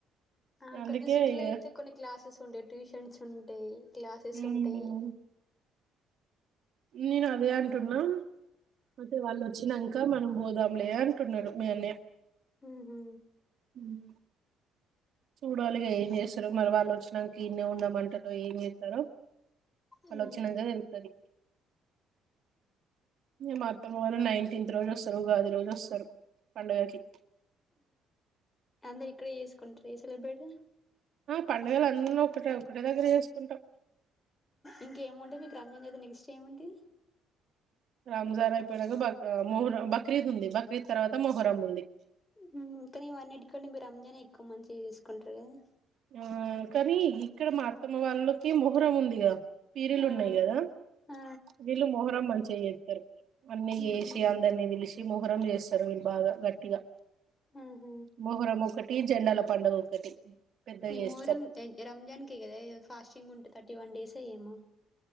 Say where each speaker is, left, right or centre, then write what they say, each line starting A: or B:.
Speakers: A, on the left (about 25°); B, on the right (about 55°).
A: ఆ
B: అందుకే
A: కొంచెం సిటీలో
B: ఇగ
A: అయితే కొన్ని క్లాసెస్ ఉంటాయి ట్యూషన్స్ ఉంటాయి క్లాసెస్
B: మ్మ్
A: ఉంటాయి
B: నేను అదే అంటున్నా అయితే వాళ్ళు వచ్చినాంక మనం పోదాంలే అంటున్నాడు మీ అన్నయ్య
A: ఊహూ
B: ఉమ్ చూడాలిగా ఏం చేస్తారో మరి వాళ్ళు వచ్చిననిక ఇన్నే ఉందమంటారో ఏం చేతరో వాళ్ళు
A: హ్మ్
B: ఒచిక్క తేలుత్తది మా అత్తమ్మ వాళ్ళు నైటేన్త్ రోజు వస్తారు ఉగాది రోజు వస్తారు పండగకి
A: అందరు ఇక్కడే చేసుకుంటార ఇగ సెలబ్రేట్
B: పండుగలు అందరూ ఒకటే ఒకటే దగ్గర చేసుకుంటాం
A: ఇంకా ఏమంటుంది మీకు రంజన్ అయితే నెక్స్ట్ ఏముంటది
B: రాంజార్ అయిపోయినాక బ మొహ్రం బక్రీద్ ఉంది బక్రీద్ తర్వాత మొహ్రం ఉంది
A: ఇ కానీవన్నింటి కంటే మీరు రంజానే ఎక్కువ మంచిగా చేసుకుంటారు కదా
B: ఆ కానీ ఇక్కడ మా అత్తమ్మ వాళ్ళకి మొహురం ఉందిగా పీరీలు
A: ఆ
B: ఉన్నాయి కదా
A: ఆ
B: వీళ్ళు మొహరం మంచిగ చెత్తారు అన్నీ
A: ఊహూ
B: చేసి అందరినీ విలిచి మహరం చేస్తారు బాగా గట్టిగా
A: హ
B: మొహరం ఒకటి జెండాల పండుగ ఒకటి పెద్దగా
A: ఈ
B: చేస్తాం
A: మోహరం రంజాన్కే కదా ఫాస్టింగ్ ఉంటే థర్టీ వన్ డేసే ఏమో